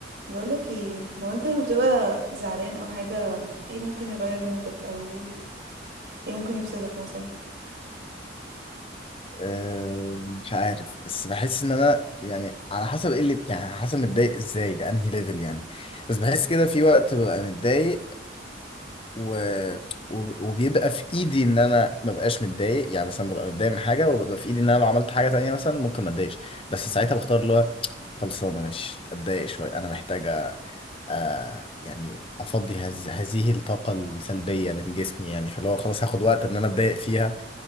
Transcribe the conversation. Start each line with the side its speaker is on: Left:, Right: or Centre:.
Right: بقولك ايه هو انت لما بتبقى زعلان او حاجة ايه ممكن يغير مودك او ايه ممكن يبسطك مثلا
Left: آه، مش عارف بس بحس ان انا يعني على حسب ايه اللي يعني على حسب متضايق ازاي بانهي ليفل يعني بس بحس كده في وقت ببقى متضايق و... و- وبيبقى في ايدي ان انا ما بقاش متضايق يعني مثلا ببقى متضايق من حاجه وببقى في ايدي ان انا لو عملت حاجه تانية مثلا ممكن ما اتضايقش بس ساعتها بختار اللي هو خلصانه ماشي اتضايق شويه انا محتاجه آه يعني افضي هز... هذه الطاقه السلبيه من جسمي يعني فاللي هو خلاص هاخد وقت ان انا اتضايق فيها